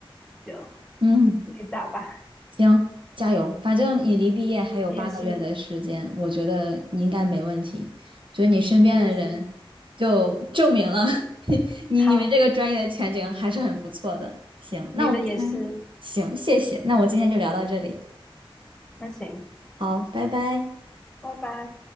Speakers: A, in the centre; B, on the right (about 60°).
A: 就
B: 嗯。
A: 自己找吧。
B: 行，加油！反正你离毕业还有八个月的时间，
A: 你也是，
B: 我觉得你应该没问题。我觉得你身边的人就证明了
A: 你也是，
B: <laughs> 你你们这个专业的前景还是很不错的。
A: 好，
B: 行，那我们今天行，
A: 你的也是，
B: 谢谢。那我今天就聊到这里，
A: 那行，
B: 好，拜拜。
A: 拜拜。